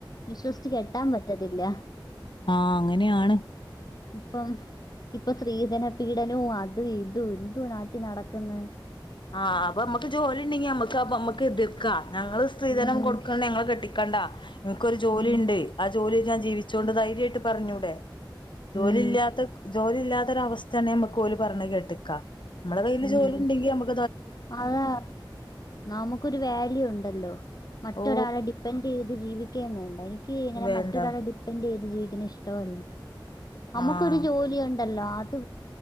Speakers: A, on the left; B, on the left.
A: വിശ്വസിച്ച് കെട്ടാൻ പറ്റത്തില്ല
B: ആഹ് അങ്ങനെയാണ്
A: ഇപ്പം ഇപ്പൊ സ്ത്രീധന പീഡനവും അത് ഇതും എന്തുവാ നാട്ടിൽ നടക്കുന്നെ
B: ആഹ് അപ്പൊമ്മക്ക് ജോലി ഉണ്ടെങ്കി മ്മക്ക് ആഹ് പ്പോ മ്മക്ക് എതിർക്കാം ഞങ്ങള് സ്ത്രീധനം
A: ഉം
B: കൊടുക്ക ഞങ്ങള് കെട്ടിക്ക ക്കണ്ടാ ഇങ്ങക്കൊരു ജോലി
A: ഉം
B: ഉണ്ട് ആഹ് ജോലിയിൽ ഞാൻ ജീവിച്ചുകൊണ്ട് ധൈര്യമായിട്ട് പറഞ്ഞൂടെ ജോലി
A: ഉം
B: ഇല്ലാത്ത ജോലി ഇല്ലാത്തൊര അവസ്ഥയാണ് നമ്മുക്ക് ഓല് പറഞ്ഞ കേട്ട്ക്ക മ്മളെ കയ്യില്
A: ഉം
B: ജോലി ഉണ്ടെങ്കി നമക്ക്
A: അതാ നമുക്കൊരു വാല്യൂ ഉണ്ടല്ലോ മറ്റൊരാളെ
B: ഓ
A: ഡിപ് ഡിപെൻറ് ചെയ്ത് ജീവിക്കുകയും വേണ്ട എനിക്ക് ഇങ്ങനെ
B: വേണ്ട
A: മറ്റൊരാളെ ഡിപ്പെൻറ് ചെയ്ത് ജീവിക്കുന്നത് ഇഷ്ടവും അല്ല അമ്മക്കൊരു
B: ആഹ്
A: ജോലി ഉണ്ടല്ലോ അത്